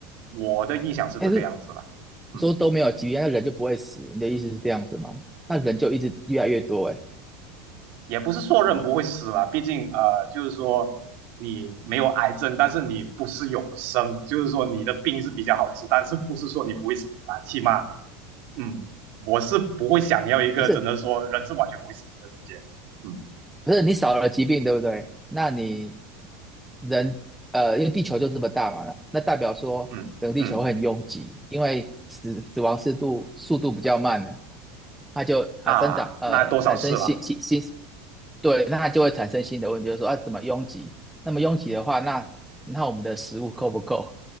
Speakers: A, on the right; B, in the centre.
A: 我的臆想是这个样子了，
B: 但是
A: 嗯。
B: 你说都没有疾病，那人就不会死，你的意思是这样子吗？那人就一直越来越多哎、欸，哎，
A: 也不是说人不会死啦，毕竟呃，就是说你没有癌症，但是你不是永生，就是说你的病是比较好治，但是不是说你不会死啦，起码嗯，我是不会想要一个真的说人是完全不会死的世界，
B: 可是
A: 嗯
B: 不是你少了疾病，对不对？那你人呃，因为地球就这么大嘛，那代表说整个地球会很拥挤，
A: 嗯嗯
B: 因为死死亡速度速度比较慢了，它就啊生长呃产生新新新，
A: 啊，那多少事了，
B: 对，那它就会产生新的问题，就是说啊怎么拥挤？那么拥挤的话，那那我们的食物够不够？